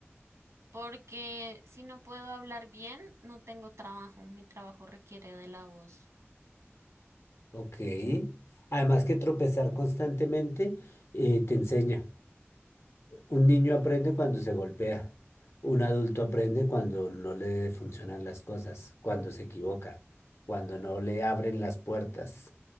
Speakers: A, on the right; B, on the left.
A: porque si no puedo hablar bien, no tengo trabajo. Mi trabajo requiere de la voz.
B: Ok. Además que tropezar constantemente eh, te enseña. Un niño aprende cuando se golpea. Un adulto aprende cuando no le funcionan las cosas, cuando se equivoca, cuando no le abren las puertas.